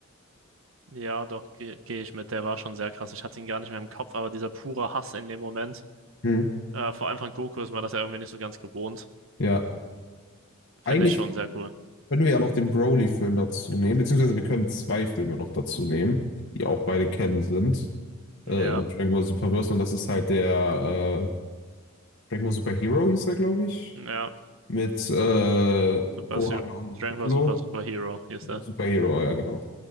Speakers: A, on the right; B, on the left.
A: ja, doch, gehe geh geh ich mit. Der war schon sehr krass. Ich hatte ihn gar nicht mehr im Kopf, aber dieser pure Hass in dem Moment,
B: Hm.
A: äh, vor allem von Goku, ist man das ja irgendwie nicht so ganz gewohnt.
B: Ja. Eigentlich
A: Finde ich schon sehr cool.
B: können wir ja noch den Broly-Film dazu nehmen, beziehungsweise wir können zwei Filme noch dazu nehmen, die auch beide kennen sind.
A: Ja,
B: Äh, im Dragon Ball Superverse und das ist halt der äh, Dragon Ball Super Hero hieß er, glaube ich.
A: ja,
B: Mit äh,
A: super,
B: Gohan
A: Su-
B: und
A: Dragon
B: Piccolo.
A: Ball Super Super Hero, hier ist er.
B: Super Hero, ja genau.